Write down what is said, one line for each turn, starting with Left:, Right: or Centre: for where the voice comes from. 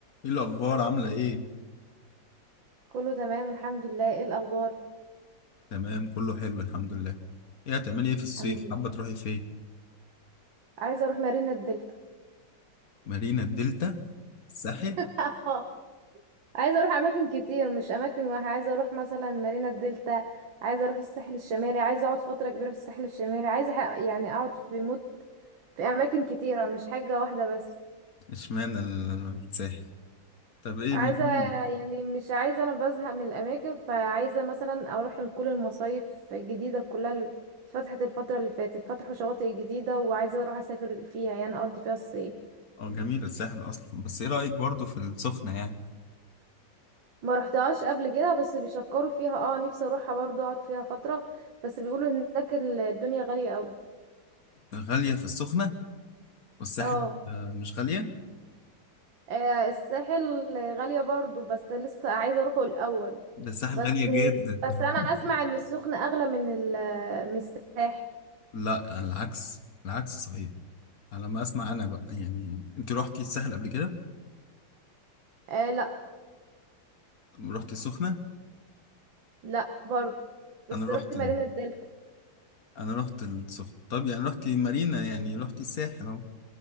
Left: ايه الاخبار عامله ايه
Right: كله تمام الحمد لله ايه الاخبار
Left: تمام كله حلو الحمد لله ايه هتعملي ايه في الصيف
Right: الحمد لله
Left: حابه تروحي فين
Right: عايزه اروح مارينا الدلتا
Left: مارينا الدلتا الساحل
Right: <laughs> عايزه اروح اماكن كتير مش اماكن واحده عايزه اروح مثلا مارينا الدلتا عايزه اروح الساحل الشمالي عايزه اقعد فتره كبيره في الساحل الشمالي عايزه أح- يعني اقعد في موت في اماكن كتيره مش حاجه واحده بس
Left: اشمعنى ال- الساحل طب ايه
Right: عايزه
Left: مكان
Right: يعني مش عايزه انا بزهق من الاماكن فعايزه مثلا اروح لكل المصايف الجديده كلها اللي اتفتحت الفتره اللي فاتت فتحوا شواطئ جديده وعايزه اروح اسافر فيها يعني اقضي فيها الصيف
Left: اه جميل الساحل اصلا بس ايه رايك برضو في السخنه يعني
Right: ما رحتهاش قبل كده بس بيشكروا فيها اه نفسي اروحها برضو اقعد فيها فترة بس بيقولوا هناك ال- الدنيا غالية قوي
Left: غاليه في السخنه والساحل
Right: اه
Left: آه، مش غاليه
Right: آه، الساحل غالية برضو بس لسه عايزة اروحه الاول
Left: ده الساحل
Right: بس
Left: غاليه جدا
Right: بس
Left: <laughs>
Right: انا اسمع ان السخنة اغلى من ال من الساحل
Left: لا على العكس العكس صحيح على ما اسمع انا بقى يعني انت روحتي الساحل قبل كده
Right: آه لا
Left: روحتي السخنه
Right: لا برضو بس
Left: انا روحت
Right: رحت مارينا الدلتا
Left: انا رحت السخنة طب يعني رحت مارينا يعني رحت الساحل اهو